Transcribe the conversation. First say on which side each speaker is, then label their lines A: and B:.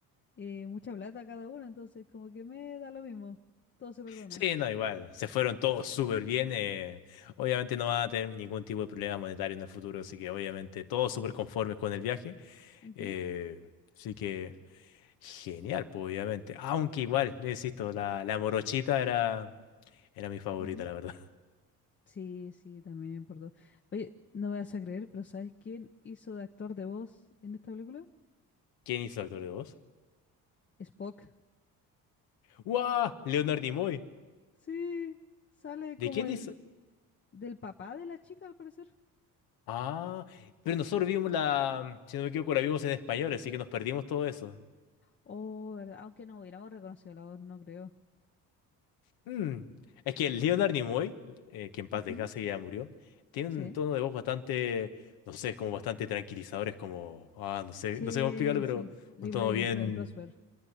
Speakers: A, on the left; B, on the left.
A: eh, mucha plata cada uno, entonces como que me da lo mismo, todo se perdona.
B: Sí, no, igual. Se fueron todos súper bien. eh, obviamente no van a tener ningún tipo de problema monetario en el futuro, así que obviamente todos súper conformes con el viaje.
A: Ujú,
B: eh, así que genial, pues obviamente. Aunque igual, yo insisto, la, la morochita era, era mi favorita,
A: ujú.
B: la verdad.
A: Sí, sí, también por todo. Oye, no me vas a creer, pero ¿sabes quién hizo de actor de voz en esta película?
B: ¿Quién hizo Actor de Voz?
A: Spock.
B: ¡Wow! Leonard Nimoy.
A: Sí, sale
B: ¿De
A: como
B: quién
A: el
B: hizo?
A: Del papá de la chica, al parecer.
B: Ah, pero nosotros vimos la, si no me equivoco, la vimos en español, así que nos perdimos todo eso.
A: Oh, ¿verdad? Aunque no hubiéramos reconocido la voz, no creo.
B: Mm. Es que Leonard Nimoy, eh, que en paz
A: Ujú,
B: descanse ya murió, tiene
A: Sí.
B: un tono de voz bastante, no sé, como bastante tranquilizador, es como, ah, no sé,
A: Sí,
B: no sé cómo explicarlo, pero
A: sí. Live,
B: un tono
A: Laugh
B: bien
A: and Pro- and Prosper.